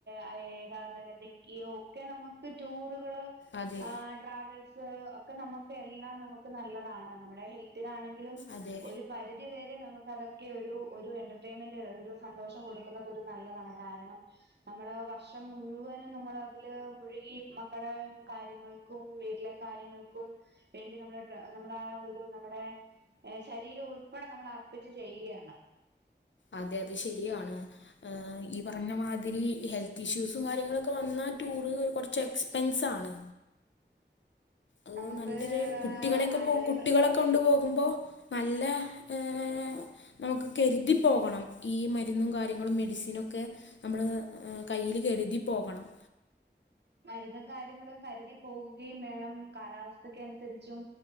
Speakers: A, on the right (about 65°); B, on the left (about 85°).
A: ആ ഏകാഗ്രതക്ക് ഒക്കെ നമുക്ക് ടൂർ കള്
B: അതെ
A: ആഹ്‌ ട്രാവൽസ് സ് ഒക്കെ നമ്മ എല്ലാം നമുക്ക് നല്ലതാണ് നമ്മുടെ ഹെൽ ത്തിനാണെങ്കിലും
B: അതെ
A: ഒരു പരിധിവരെ നമു ക്കതൊക്കെ ഒരു ഒരു എന്റർടൈമെന്റ് ഒരു സന്തോഷം കൊടുക്കുന്നത് ഒരു നല്ലതാണ് കാരണം നമ്മള് വർഷം മുഴുവനും നമ്മള് അതില് മുഴുകി മക്കടെ കാര്യങ്ങൾക്കും വീട്ടിലെ കാര്യങ്ങൾക്കും വേണ്ടി നമ്മുടെ ഡ്രാ നമ്മളാ ഒരു നമ്മുടെ എ ശരീരം ഉൾപ്പെടെ നമ്മള് അർപ്പിച്ച് ചെയ്യുകയാണ്.
B: അതെ അതെ ശരിയാണ് ഈ പറഞ്ഞമാതിരി ഹെൽത്ത് ഇഷ്യൂസും കാര്യങ്ങളൊക്കെ വന്നാ ടൂറ് കൊറച്ച് എക്സ്പെൻസ് ആണ്. ഉം
A: നമുക്ക്
B: നല്ലൊരു കുട്ടികളേക്കെ
A: ആരോഗ്യ
B: പോ കുട്ടികളെ
A: പ്ര
B: കൊണ്ടു പോകുമ്പോ നല്ല എ നമുക്ക് കെരുതിപ്പോകണം ഈ മരുന്നും കാര്യങ്ങളും മെഡിസിനൊക്കെ നമ്മള് കയ്യില് കെരുതിപ്പോകണം
A: മരുന്നും കാര്യങ്ങളും കരുതി പോകുകയും വേണം കാലാവസ്ഥക്കനുസരിച്ചും